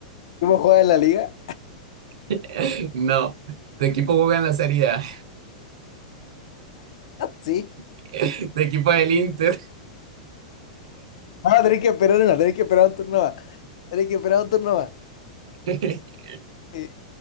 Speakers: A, on the left (about 60°); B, on the right (about 55°).
A: ¿Cómo juega en la liga?
B: <laughs> No, tu equipo juega en la Serie A,
A: Sí.
B: <laughs> tu equipo es el Inter.
A: Ah, tenés que esperar una, tenés que esperar un turno más. Tenés que esperar un turno más.
B: <laughs>
A: Eh,